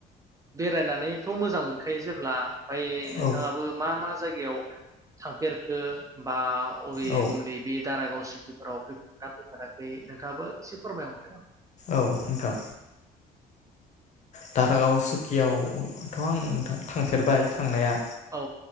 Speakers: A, on the right; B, on the left.
A: बेरायनानैथ' मोजां मोनखायो जेब्ला ओमफ्राय नोंथाङाबो
B: औ
A: मा मा जायगायाव थांफेरखो बा अबे
B: औ
A: नैबे दारागाव फोराव फफेरगोना फैफेराखै नोंथाङाबो एसे फोरमायहरदों।
B: औ नोंथां। दारागाव सुकियावथ' आं थांफेरबाय थांनाया।
A: औ